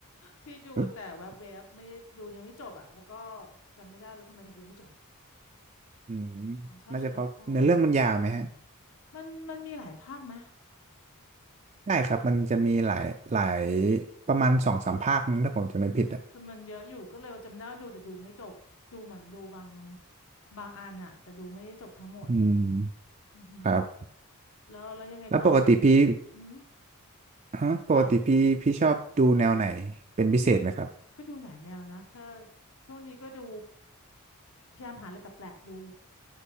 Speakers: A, on the left (about 65°); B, on the right (about 30°).
A: พี่ดูแต่แวบๆไม่ได้ดูยังไม่จบอ่ะแล้วก็
B: <coughs>
A: จำไม่ได้แล้วทำไมถึงดูไม่จบ
B: อืม
A: อ๋อชอบเชอร์ล็อกโฮมใช่ไหม
B: น่าจะเพราะเนื้อเรื่องมันยาวไหมฮะ
A: มันมันมีหลายภาคไหม
B: ได้ครับมันจะมีหลายหลายประมาณสองสามภาคมั้งถ้าผมจะไม่ผิดอ่ะ
A: ใช่ไหมคือมันเยอะอยู่ก็เลยจำได้ว่าดูแต่ดูไม่จบ ดูเหมือนดูบางบางอันอะแต่ดูไม่ได้จบทั้งหมด
B: อืม
A: อือหือ
B: ครับ
A: แล้วแล้วยังไงต่อไม่อืม
B: แล้วปกติพี่ฮะปกติพี่พี่ชอบดูแนวไหน
A: ค่ะ
B: เป็นพิเศษไหมครับ
A: พี่ก็ดูหลายแนวนะถ้าช่วงนี้ก็ดูพยายามหาอะไรแปลกๆดู